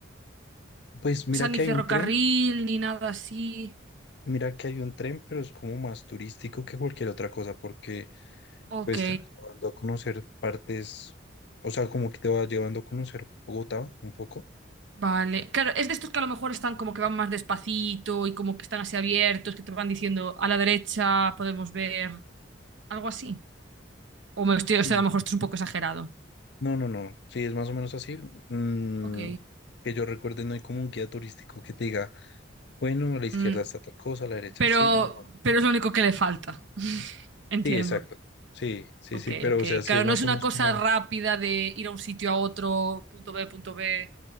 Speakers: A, on the left (about 60°); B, on the right (about 70°).
A: pues mira
B: O sea, ni
A: que
B: ferrocarril,
A: hay un tren,
B: ni nada así.
A: mira que hay un tren, pero es como más turístico que cualquier otra cosa, porque
B: Ok,
A: pues te va llevando a conocer partes, o sea, como que te va llevando a conocer Bogotá un poco.
B: vale. Claro, es de estos que a lo mejor están como que van más despacito y como que están así abiertos, que te van diciendo a la derecha podemos ver algo así. O me estoy, o
A: Sí.
B: sea, a lo mejor esto es un poco exagerado.
A: No, no, no, sí, es más o menos así. Mm,
B: Ok.
A: que yo recuerde, no hay como un guía turístico que te diga, bueno, a la izquierda
B: Mm,
A: está tal cosa, a la derecha
B: pero,
A: sí, no.
B: pero es lo único que le falta. <laughs> Entiendo.
A: Sí, exacto. Sí, sí,
B: Ok,
A: sí, pero
B: ok.
A: o sea, sí
B: Claro,
A: es más
B: no es una
A: o menos
B: cosa
A: como,
B: rápida de ir a un sitio a otro, punto B, punto B,